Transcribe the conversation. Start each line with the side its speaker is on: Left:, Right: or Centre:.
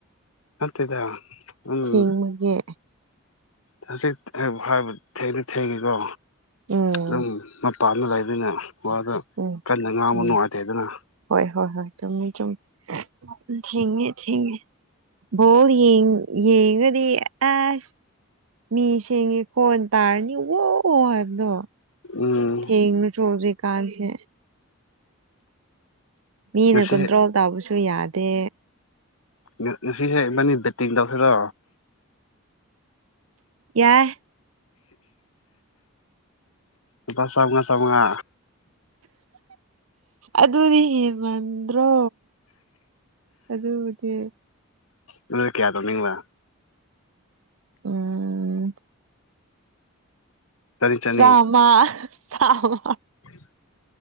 Left: ꯅꯠꯇꯦꯗ ꯎꯝ
Right: ꯊꯦꯡꯕꯒꯤ
Left: ꯍꯖꯤꯛꯅꯦꯕꯨ ꯍꯥꯏꯕ ꯊꯦꯡꯗꯤ ꯊꯦꯡꯉꯤꯀꯣ
Right: ꯎꯝ
Left: ꯗꯨꯝ ꯄꯥꯜꯂ ꯂꯩꯕꯅꯤꯅ ꯋꯥꯗꯣ
Right: ꯎꯝ
Left: ꯀꯟꯅ ꯉꯥꯡꯕ
Right: ꯎꯝ
Left: ꯅꯨꯡꯉꯥꯏꯇꯦꯗꯅ
Right: ꯍꯣꯏ ꯍꯣꯏ ꯍꯣꯏ ꯆꯨꯝꯃꯤ ꯆꯨꯝꯃꯤ ꯑ ꯄꯨꯡ ꯊꯦꯡꯉꯦ ꯊꯦꯡꯉꯦ ꯕꯣꯜ ꯌꯦ ꯌꯦꯡꯔꯗꯤ ꯑꯁ ꯃꯤ ꯁꯦꯡꯉꯦ ꯀꯣꯟ ꯇꯥꯔꯅꯤ ꯋꯣ ꯍꯥꯏꯕꯗꯣ
Left: ꯎꯝ
Right: ꯊꯦꯡꯔꯁꯨ ꯍꯧꯖꯤꯛꯀꯥꯟꯁꯦ ꯃꯤꯅ
Left: ꯉꯁꯤ
Right: ꯀꯟꯇ꯭ꯔꯣꯜ ꯇꯥꯎꯕꯁꯨ ꯌꯥꯗꯦ
Left: ꯉ ꯉꯁꯤꯁꯦ ꯏꯕꯥꯅꯤ ꯕꯦꯠꯇꯤꯡ ꯇꯧꯁꯤꯔꯣ
Right: ꯌꯥꯏ
Left: ꯂꯨꯄꯥ ꯆꯥꯎꯉ ꯆꯥꯎꯉ
Right: ꯑꯗꯨꯗꯤ ꯍꯦꯟ ꯃꯟꯗ꯭ꯔꯣ ꯑꯗꯨꯕꯨꯗꯤ
Left: ꯅꯣꯏ ꯀꯌꯥ ꯇꯧꯅꯤꯡꯕ
Right: ꯎꯝ
Left: ꯆꯅꯤ ꯆꯅꯤ
Right: ꯆꯥꯝꯃ ꯇꯥꯕꯔ꯭
Left: ꯎꯝ